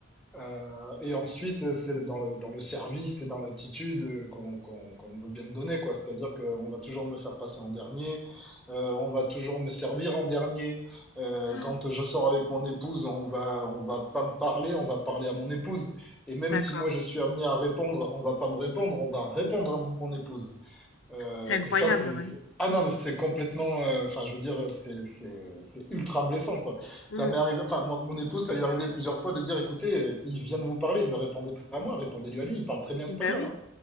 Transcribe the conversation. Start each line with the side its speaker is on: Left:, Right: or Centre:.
Centre: Euh, et ensuite, c'est le- dans le, dans le service et dans l'attitude euh, qu'on qu'on, qu'on veut bien me donner, quoi. C'est-à-dire qu'on va toujours me faire passer en dernier, euh, on va toujours me servir en dernier. Euh,
Left: Ah,
Centre: quand je sors avec mon épouse, on va, on va pas me parler, on va parler à mon épouse. Et même
Left: D'accord.
Centre: si moi je suis amené à répondre, on va pas me répondre, on va répondre à mon épouse. Euh,
Left: C'est incroyable,
Centre: et ça, c'est... c'est-
Left: ouais.
Centre: Ah non, mais c'est complètement... euh, Enfin, je veux dire, c'est c'est- c'est ultra blessant, quoi.
Left: Mmh.
Centre: Ça m'est arrivé... Enfin, mon, mon épouse, ça lui est arrivé plusieurs fois de dire, écoutez, euh, il vient de vous parler, ne répondez pas à moi, répondez-lui à lui, il parle très bien espagnol,
Left: Bah oui,
Centre: hein.